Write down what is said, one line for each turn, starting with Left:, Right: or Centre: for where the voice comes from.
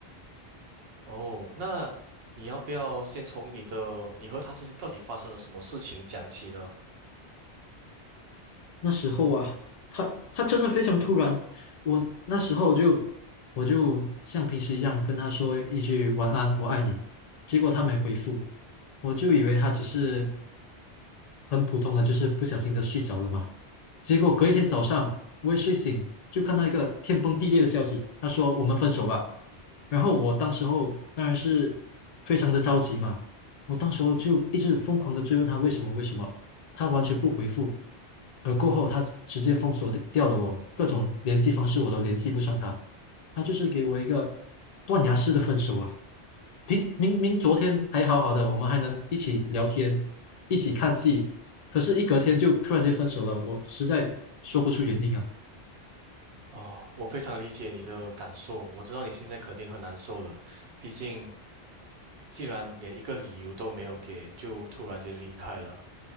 Right: 哦，那你要不要先从你的，你和他之间到底发生了什么事情讲起呢？
Left: 那时候啊，他他真的非常突然，我那时候就我就像平时一样跟他说一句晚安，我爱你，结果他没回复，我就以为他只是很普通的，就是不小心的睡着了嘛。结果隔一天早上，我一睡醒就看到一个天崩地裂的消息，他说我们分手吧。然后我当时候当然是非常的着急嘛，我当时候就一直疯狂的追问他为什么为什么，他完全不回复，而过后他直接封锁掉了我各种联系方式，我都联系不上他，他就是给我一个断崖式的分手啊！明明明昨天还好好的，我们还能一起聊天，一起看戏，可是，一隔天就突然间分手了，我实在说不出原因啊。
Right: 哦，我非常理解你的感受，我知道你现在肯定很难受的，毕竟既然连一个理由都没有给，就突然间离开了。